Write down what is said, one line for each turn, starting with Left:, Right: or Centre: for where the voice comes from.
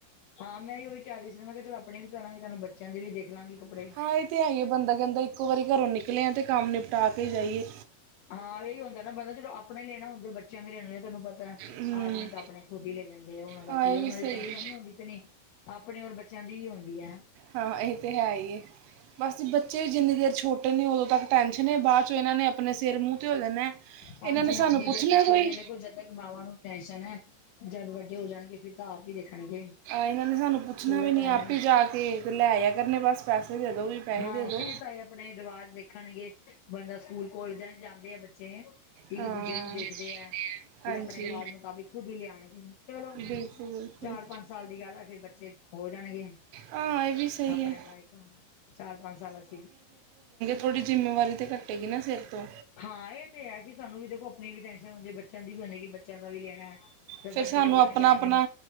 Left: ਹਾਂ, ਮੈਂ ਉਹੀ ਕੈ ਰਹੀ ਸੀ ਨਾ, ਮੈਂ ਕੇਹਾ ਚਲ ਅਪਨੇ ਵੀ ਕਰਾਂਗੀ ਤਾ ਬੱਚੇਆਂ ਦੇ ਵੀ ਦੇਖ ਲਾਂਗੀ। ਕੱਪੜੇ
Right: ਹਾਂ ਏਹ ਤਾਂ ਹੈ ਹੀ, ਬੰਦਾ ਕੈਂਦਾ ਇੱਕੋ ਵਾਰੀ ਘਰੋ ਨਿਕਲੇ ਆ ਤੇ ਕੰਮ ਨਿਪਟਾ ਕੇ ਈ ਜਾਈਏ।
Left: ਹਾਂ, ਏਹੀ ਹੁੰਦਾ ਨਾ ਬੰਦਾ ਜਦੋ ਆਪਣੇ ਲੈਣਾ ਹੁੰਦੇ, ਬੱਚੇਆਂ ਦੇ ਲੈਣੇ ਹੁੰਦੇ ਤੁਆਨੂੰ ਪਤਾ ਤਾ,
Right: ਹਮ
Left: ਆਦਮੀ ਤਾਂ ਆਪਣੇ ਖੁਦ ਹੀ ਲੈ ਲੈਂਦੇ ਆ, ਓਨਾਂ ਦਾ
Right: ਹਾਂ
Left: ਕੀ
Right: ਇਹ
Left: ਐ ਓਨਾਂ
Right: ਵੀ ਸਹੀ
Left: ਦੀ ਟੈਸ਼ਨ
Right: ਹੈ
Left: ਨੀ ਹੁੰਦੀ। ਆਪਣੇ ਔਰ ਬੱਚੇਆਂ ਦੀ ਹੀ ਹੁੰਦੀ ਹੈ।
Right: ਹਾਂ, ਏਹ ਤਾਂ ਹੈ ਹੀ ਹੇ, ਬਸ ਜ ਬੱਚੇ ਵੀ ਜਿੰਨੀ ਦੇਰ ਛੋਟੇ ਨੇ ਓਦੋਂ ਤੱਕ ਟੈਸ਼ਨ ਏ ਬਾਦ ਚੋਂ ਏਨਾਂ ਨੇ ਅਪਨੇ ਸਿਰ ਮੂੰਹ ਤੇ ਹੋ ਜਾਨਾ,
Left: ਹਾਂਜੀ
Right: ਏਨਾ ਨੇ
Left: ਹਾਂਜੀ
Right: ਸਾਨੂੰ ਪੁੱਛਣਾ
Left: ਜਦ ਤੱਕ ਛੋਟੇ
Right: ਕੋਈ।
Left: ਦੇਖੋ ਜਦ ਤੱਕ ਮਾਵਾਂ ਨੂੰ ਟੈਸ਼ਨ ਹੈ ਜਦ ਵੱਡੇ ਹੋ ਜਾਣਗੇ ਫਿਰ ਤਾਂ ਆਪ ਈ ਦੇਖਣਗੇ।
Right: ਏਨਾ ਨੇ ਸਾਨੂੰ ਪੁੱਛਣਾ
Left: ਥੋੜਾ
Right: ਵੀ
Left: ਟਾਈਮ
Right: ਨਈ, ਆਪੇ
Left: ਹੀ ਹੈ
Right: ਜਾ ਕੇ ਤੇ ਲੈ ਆ ਕਰਨੇ ਬਸ ਪੈਸੇ ਦੇ ਦੋ ਵੀ ਪੈਸੇ
Left: ਹਾਂ,
Right: ਦੇ ਦੋ।
Left: ਫਿਰ ਤਾ ਏ ਅਪਨੇ ਰਿਵਾਜ ਵੇਖਣਗੇ ਬੰਦਾ ਸਕੂਲ, ਕੋਲਜਾ ਚ ਜਾਦੇ ਆ ਬੱਚੇ ਇੱਕ
Right: ਹਾਂ
Left: ਦੂਜੇ ਨੂੰ ਦੇਖਦੇ ਐ। ਫਿਰ
Right: ਹਾਂਜੀ
Left: ਆਪਣੇ ਰਿਵਾਜ ਮੁਤਾਬਿਕ ਖੁਦ ਹੀ ਲਿਆਣ ਗੇ, ਚਲੋ
Right: ਬਿਲਕੁਲ ਬਿਲਕੁਲ
Left: ਚਾਰ-ਪੰਜ ਸਾਲ ਦੀ ਗੱਲ ਆ ਫਿਰ ਬੱਚੇ ਹੋ ਜਾਣਗੇ
Right: ਹਾਂ ਇਹ ਵੀ ਸਹੀ
Left: ਆਪਣੇ
Right: ਹੈ।
Left: ਲਾਇਕ, ਚਾਰ-ਪੰਜ ਸਾਲ ਅਸੀ ਵੀ
Right: ਥੋੜੀ ਜਿੰਮੇਵਾਰੀ ਤਾ ਕੱਟੇਗੀ ਨਾ ਸਿਰ ਤੋ।
Left: ਹਾਂ, ਏਹ ਤੇ ਹੈ, ਵੀ ਸਾਨੂੰ ਵੀ ਦੇਖੋ ਅਪਨੀ ਵੀ ਟੈਸ਼ਨ ਹੁੰਦੀ ਹੈ, ਬੱਚੇਆਂ ਦੀ ਵੀ ਹੁੰਦੀ ਹੈ ਕਿ ਬੱਚੇਆ ਦਾ ਵੀ ਲੇਣਾ ਹੈ। ਤੇ
Right: ਫਿਰ
Left: ਵੱਡੇ
Right: ਸਾਨੂੰ
Left: ਹੋ ਜਾਣਗੇ
Right: ਅੱਪਣਾ
Left: ਆਪਣੀਆਂ
Right: ਅੱਪਣਾ,